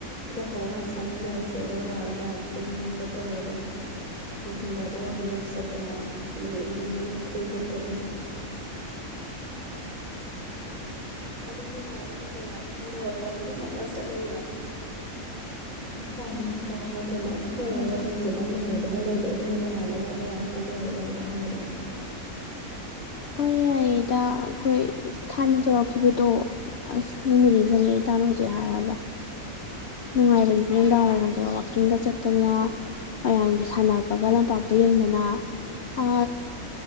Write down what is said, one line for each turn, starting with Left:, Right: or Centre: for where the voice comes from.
Right: ꯏꯟꯖꯥꯡ ꯍꯧꯕ ꯑꯃꯅ ꯆꯥꯃꯤꯟꯅꯔꯁꯦ ꯑꯗꯨꯒ ꯔꯧꯟꯗ ꯃꯌꯥꯝ ꯄꯨꯟ ꯈꯣꯠꯇꯧꯔꯒ ꯅꯨꯡꯊꯤꯟꯒꯥꯗ ꯋꯥꯛꯀꯤꯡ ꯆꯠꯇꯅ ꯑꯗꯨꯝ ꯑꯦꯝ ꯌꯨ ꯃꯅꯨꯡ ꯀꯣꯏ ꯈꯣꯠꯇꯧꯕꯁꯦ ꯑꯗꯨꯝ ꯅꯨꯡꯉꯥꯏꯔꯗꯦꯀꯣ ꯌꯥꯝ ꯅꯨꯡꯗꯥꯡ ꯋꯥꯏꯔꯝ ꯋꯥꯛꯀꯤꯡꯒ ꯃꯌꯥꯝ ꯌꯥꯝ ꯆꯠꯅꯩꯌꯦꯕ ꯈꯔꯥ ꯂꯥꯛꯅꯔꯒ ꯂꯩꯖꯦ ꯅꯡ ꯅꯣꯡꯃ ꯑꯗꯨꯃ ꯂꯩꯔꯣ ꯑꯗꯨꯒ ꯅꯣꯡꯉꯥꯜꯂꯒ ꯃꯌꯥꯝ ꯄꯨꯜꯂꯨꯔꯒ ꯍꯜꯂꯣꯗꯅ
Left: ꯍꯣꯏ ꯌꯥꯏꯌꯦ ꯏꯇꯥ ꯑꯩꯈꯣꯏ ꯊꯥꯏꯅ ꯇꯧꯔꯛꯈꯤꯕꯗꯣ ꯑꯁ ꯅꯤꯡꯕꯨ ꯅꯤꯡꯁꯤꯡꯉꯦ ꯏꯇꯥꯅ ꯍꯧꯖꯤꯛ ꯍꯥꯏꯔꯒ ꯅꯨꯡꯉꯥꯏꯕꯅꯤ ꯅꯨꯡꯗꯥꯡ ꯋꯥꯏꯔꯝꯗꯒ ꯋꯥꯛꯀꯤꯡꯒ ꯆꯠꯇꯅ ꯃꯌꯥꯝꯒꯤ ꯁꯥꯟꯅꯕꯒ ꯂꯝꯄꯥꯛꯇ ꯌꯦꯡꯗꯅ ꯑ